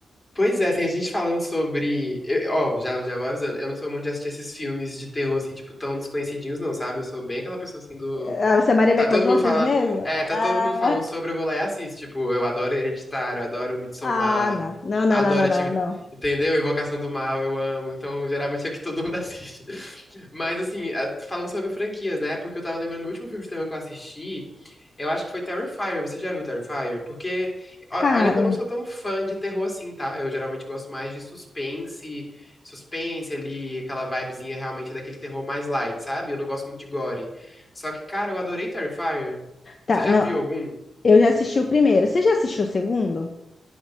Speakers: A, on the left; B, on the left.
A: Pois é, assim, a gente falando sobre. eu- ó, já, já vou avisando. Eu não sou muito de assistir esses filmes de terror, assim, tipo, tão desconhecidinhos, não, sabe? Eu sou bem aquela pessoa, assim, do.
B: Ah, você é Maria vai
A: Tá
B: com
A: todo
B: as
A: mundo
B: outras
A: falando,
B: mesmo?
A: é, tá
B: Ah,
A: todo mundo falando sobre, eu vou lá e assisto. Tipo, eu adoro Hereditário, adoro Midsommar,
B: ah, não. Não, não,
A: adoro
B: não, não,
A: atividade,
B: não, não.
A: entendeu? Invocação do Mal, eu amo. Então, geralmente é o que todo mundo <laughs> assiste. Mas, assim, a- falando sobre franquias, né? Porque eu tava lembrando do último filme de terror que eu assisti, eu acho que foi Terrifier. Você já viu Terrifier? Porque,
B: Cara,
A: ó- olha que eu não sou tão fã de terror assim, tá? Eu geralmente gosto mais de suspense, suspense ali, aquela vibezinha realmente daquele terror mais light, sabe? Eu não gosto muito de gore. Só que, cara, eu adorei Terrifier.
B: tá,
A: Você já
B: não.
A: viu algum?
B: Eu já assisti o primeiro. Você já assistiu o segundo?